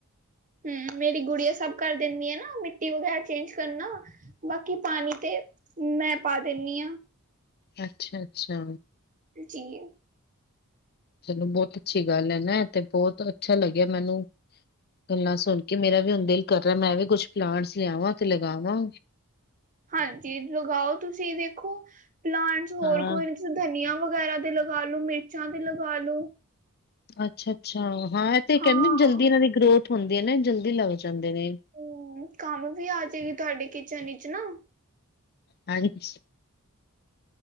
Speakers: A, on the right (about 35°); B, on the left (about 45°).
A: ਹੂੰ ਮੇਰੀ ਗੁੜੀੀਆਂ ਸਭ ਕਰ ਦਿੰਦੀ ਏ ਨਾ ਮਿੱਟੀ ਵਗੈਰਾ ਚੇਂਜ ਕਰਨਾ। ਬਾਕੀ ਪਾਣੀ ਤੇ ਮੈਂ ਪਾ ਦੇਨੀ ਆ।
B: ਅੱਛਾ, ਅੱਛਾ।
A: ਜੀ‌
B: ਚਲੋ ਬਹੁਤ ਅੱਛੀ ਗੱਲ ਏ ਨਾ ਐ ਤੇ ਬਹੁਤ ਅੱਛਾ ਲੱਗਿਆ ਮੈਨੂੰ। ਗੱਲਾਂ ਸੁਣ ਕੇ ਮੇਰਾ ਵੀ ਹੁਣ ਦਿਲ ਕਰ ਰਿਹਾ ਮੈਂ ਵੀ ਕੁਛ ਪਲਾਂਟਸ ਲਿਆਵਾਂ ਤੇ ਲਗਾਵਾਂ।
A: ਹਾਂਜੀ ਲਗਾਓ ਤੁਸੀਂ ਵੇਖੋ ਪਲਾਂਟਸ ਹੋਰ
B: ਹਾਂ
A: ਕੋਈ ਤੁ ਧਨੀਆਂ ਵਗੈਰਾ ਦੇ ਲਗਾ ਲੋ ਮਿਰਚਾਂ ਦੇ ਲਗਾ ਲੋ।
B: ਅੱਛਾ, ਅੱਛਾ ਹਾਂ ਇਹ ਤੇ ਕਹਿੰਦੇ
A: ਹਾਂ
B: ਜਲਦੀ ਇਹਨਾਂ ਦੀ ਗਰੋਥ ਹੁੰਦੀ ਏ ਨਾ ਜਲਦੀ ਲੱਗ ਜਾਂਦੇ ਨੇ।
A: ਹੂੰ ਕੰਮ ਵੀ ਆ ਜਾਏਗੀ ਤੁਹਾਡੇ ਕਿਚਨ ਇਚ ਨਾ।
B: ਹਾਂਜੀ।